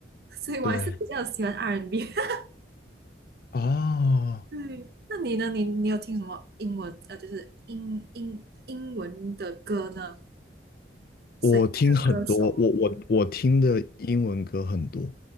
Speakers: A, on the right (about 60°); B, on the left (about 55°).
A: 所以我还是比较喜欢
B: 对，
A: R&B n。
B: 啊，
A: <laughs> 对，那你呢？你你有听什么英文呃，就是英英英文的歌呢？谁那个歌手？
B: 我听很多，我我我听的英文歌很多，